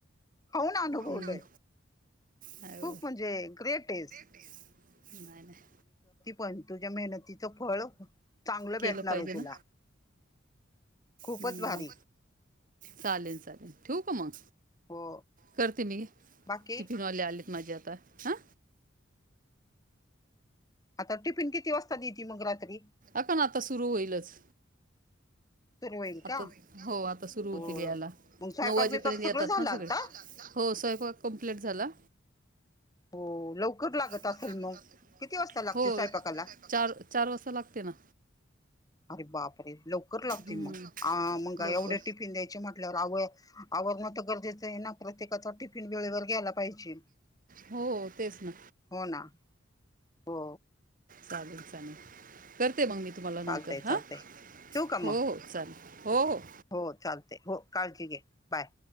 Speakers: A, on the left; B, on the right.
A: खाऊन अनुभवलय.
B: हम्म नाही
A: खूप
B: ओ
A: म्हणजे ग्रेटयेस.
B: नाही नाही.
A: पण तुझ्या मेहनतीचं फळ चांगलं
B: केलं
A: भेटणार
B: पाहिजे
A: आहे तुला
B: ना?
A: खूपच
B: हम्म.
A: भारी
B: चालेल चालेल. ठेवू का मग?
A: हो.
B: करते मी.
A: बाकी
B: टिफिनवाले आलेत माझे आता हा.
A: आता टिफिन किती वाजता देती मग- रात्री
B: आता ना आता सुरू होईलच.
A: सुरू होईल
B: आता,
A: का
B: हो आता सुरु होतील
A: हो
B: यायला.
A: मग स्वयंपाक
B: नऊ वाजेपर्यंत
A: बिपाक सगळं
B: येतात
A: झालं
B: ना सगळे.
A: आता
B: हो. स्वयपाक कम्प्लीट झाला.
A: हो
B: लवकर
A: असेल
B: लागत
A: मग
B: असेल मग?
A: किती वाजता लागते
B: हो.
A: स्वयंपाकाला
B: चार चार वाजता लागतोय ना.
A: अरे बापरे! लवकर लागते
B: हम्म,
A: मग. अ. मंग
B: लवकर
A: एवढे टिफिन द्यायचे म्हटल्यावर, आव आवरणं तर गरजेचं आहे ना? प्रत्येकाचा टिफीन- फिन वेळेवर गेला पाहिजे.
B: हो तेच ना
A: हो ना. हो.
B: चालेल चालेल. करते मग मी तुम्हाला
A: चालतय
B: नंतर हा.
A: चालतय ठेवू का
B: हो.
A: मग
B: हो. चालेल. हो हो.
A: हो. चालतय. हो काळजी घे बाय.